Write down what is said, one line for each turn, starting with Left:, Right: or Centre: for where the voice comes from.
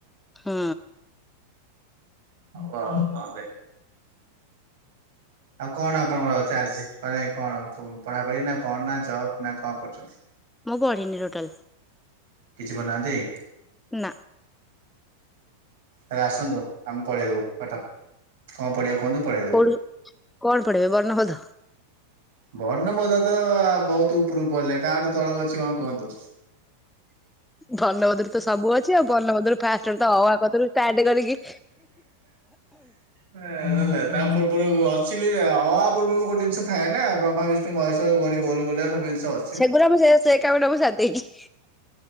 Centre: ହୁଁ
Right: ହଉ ହଉ ଆଉ କଣ କରିବା ଆଉ ଆପଣଙ୍କର କଣ ଚାଲିଛି? ମାନେ କଣ ପଢାପଢି ନା କଣ ନା ଜବ୍ ନା କଣ କରୁଛନ୍ତି?
Centre: ମୁଁ ପଢ଼ିନି ଟୋଟାଲ।
Right: କିଛି ବନାନ୍ତି?
Centre: ନା।
Right: ହେରା ଆସନ୍ତୁ ଆମେ ପଳେଇଦବୁ ପାଠ କଣ ପଢିବେ କୁହନ୍ତୁ? ପଢେଇଦବୁ।
Centre: କୋଉଠୁ କଣ ପଡେଇବେ ବର୍ଣ୍ଣ ଭୋଧ?
Right: ବର୍ଣ୍ଣବୋଧ ତ ବହୁତ ଉପରକୁ ପଳେଇଲାଣି ତାଠୁ ତଳକୁ ଅଛି କଣ କୁହନ୍ତୁ?
Centre: ବର୍ଣବୋଧ ତ ସବୁ ଅଛି ଆଉ ବର୍ଣ୍ଣବୋଧରୁ ଫାଷ୍ଟରୁ ତ ଅ ଆ କତିରୁ ଷ୍ଟାର୍ଟ କରିକି
Right: ନହଲେ ତା ପୂର୍ବରୁ ଅଛିିବି ଅ ଆ ପୁର୍ବରୁ ଗୋଟେ ଜିନିଷ ଥାଏ ନା ବ୍ରହ୍ମ ବିଷ୍ଣୁ ମହେଶ୍ୱର ଖାଲି ଗୋଲ ବିଲେଇବା ସବୁ ଜିନିଷ ଅ
Centre: ସେଗୁରା ମୁଁ ସେ କାମ ମୁଁ ସାରିଦେଇଛି।